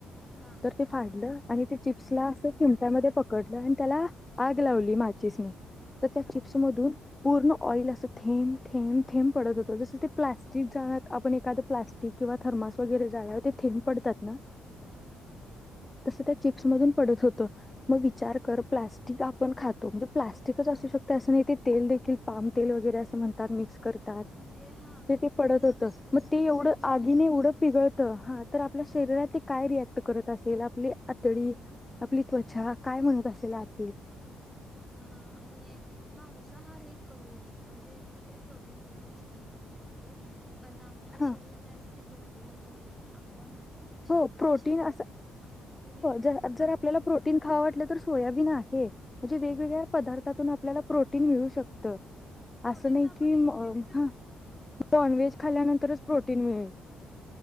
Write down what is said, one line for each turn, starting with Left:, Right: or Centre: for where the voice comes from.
Centre: हा
Left: तर ते फाडलं आणि चिप्सला अस चिमट्यामध्ये पकडलं आणि त्याला आग लावली माचीस नी तर
Centre: हम्म
Left: त्या चिप्स मधून पूर्ण ऑइल असं थेंब थेंब थेंब पडत होतो जसं ते प्लास्टिक जाळ आपण एखादं प्लाॅस्टिक किंवा थर्मास वगैरे जा्यावर तेथेंब पडतात ना
Centre: हा हा हा
Left: तस त्या चिप्स मधून पडत होतं मग विचार कर प्लास्टिक आपण खातो म्हणजे प्लास्टिकच अस असं नाही ते देखील पाम तेल वगैरे अस म्हणतात मिक्स करत
Centre: म्हणजे हा
Left: ते ते पडत
Centre: तेल
Left: होत
Centre: लो
Left: मग ते
Centre: क्वालिटीच
Left: एवढं आगीने एवढं पिगळतं हा तर आपल्या शरीरात ते काय रियाक्ट करत असेल आपली आतडी आपली त्वचा काय म्हणत असेल आतील
Centre: हा आणि मांसाहार एक करू नये म्हणजे ठीक आहे प्रोटीन मिळते चिकन मधून वगैरे पण आपलं
Left: हा
Centre: शरीर त्यासाठी बनलेलंच नाहीे आपण शाकाहारी
Left: हो प्रोटीन
Centre: शरीर
Left: अस
Centre: आहे आपलं आपलं शरीर
Left: जर
Centre: आपण
Left: आपल्याला प्रोटीन खाव वाटलं तर सोयाबीन आहे म्हणजे वेगवेगळ्या पदार्थातून आपल्याला प्रोटीन मिळू शकतं
Centre: प्रोटीनला
Left: अस नाही
Centre: आपण
Left: कि
Centre: उपलब्ध
Left: ह
Centre: करू
Left: नॉनव्हेज
Centre: शकतो ना
Left: खाल्यानंतरच प्रोटीन मिळेल
Centre: हा